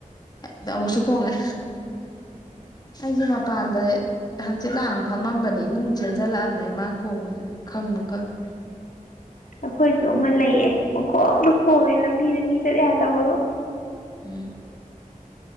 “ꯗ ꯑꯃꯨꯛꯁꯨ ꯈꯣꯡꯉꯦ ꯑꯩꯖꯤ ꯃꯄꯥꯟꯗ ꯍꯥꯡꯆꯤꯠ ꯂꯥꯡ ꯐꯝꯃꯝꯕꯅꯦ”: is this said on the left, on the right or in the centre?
Left